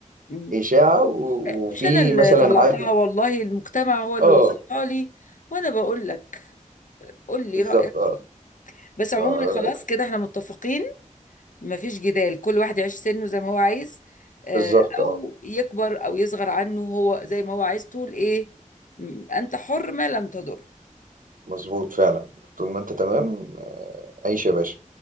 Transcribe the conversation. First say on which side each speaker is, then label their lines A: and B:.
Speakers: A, on the left; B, on the right.
A: مم.
B: اشاعه و-
A: مش
B: وفي
A: انا اللي
B: مثلا
A: طلعتها
B: عدد
A: والله المجتمع هو اللي
B: اه
A: وصلها لي وانا بقول لك قول
B: بالظبط
A: لي رايك
B: اه
A: فيه بس عموما
B: اه
A: خلاص كده احنا متفقين مفيش جدال كل واحد يعيش سنه زي ما هو عايز آه،
B: بالظبط
A: او
B: اه
A: يكبر او يصغر عنه هو زي ما هو عايز تقول ايه م- انت حر ما لم تضر
B: مظبوط فعلا طول ما انت تمام آه، عيش يا باشا